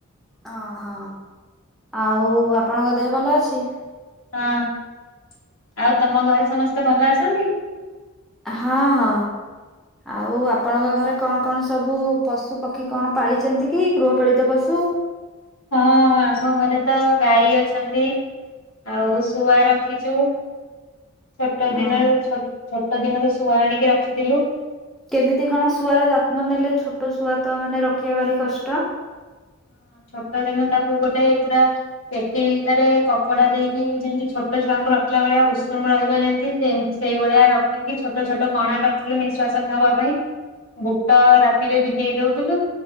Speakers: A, in the centre; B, on the left.
A: ଓହୋ ଆଉ ଆପଣଙ୍କ ଦେହ ଭଲ ଅଛି।
B: ହଁ ଆଉ ତମ ଘରେ ସମସ୍ତେ ଭଲ ଅଛନ୍ତି।
A: ହଁ ହଁ ଆଉ ଆପଣଙ୍କ ଘରେ କଣ କଣ ସବୁ ପଶୁ ପକ୍ଷୀ କଣ ପାଳିଛନ୍ତି କି ଗୃହପାଳିତ ପଶୁ?
B: ହଁ ଆମ ଘରେ ତ ଗାଈ ଅଛନ୍ତି। ଆଉ ଶୁଆ ରଖିଛୁ, ଛୋଟ
A: ଓ
B: ଦିନରୁ ଛୋଟ ଦିନରୁ ଶୁଆ ଆଣିକି ରଖିଥିଲୁ।
A: କେମିତି କଣ ଶୁଆର ଯତ୍ନ ନେଲେ ଛୋଟ ଶୁଆ ତ ମାନେ ରଖିବା ଭାରି କଷ୍ଟ।
B: ହଁ ଛୋଟ ଦିନ ତାକୁ ଗୋଟେ ପୁରା ପେଟି ଭିତରେ କପଡା ଦେଇକି ଯେମିତି ଛୋଟ ଛୁଆଙ୍କୁ ରଖିଲା ଭଳିଆ ଉଶୁ ରହିବ ଯେମିତି ସେଇ ଭଳିଆ ରଖିକି ଛୋଟ ଛୋଟ କଣା କରିଥିଲୁ ନିଶ୍ବାସ ନେବା ପାଇଁ। ବୁଟ ରାତିରେ ଭିଜେଇ ଦଉଥିଲୁ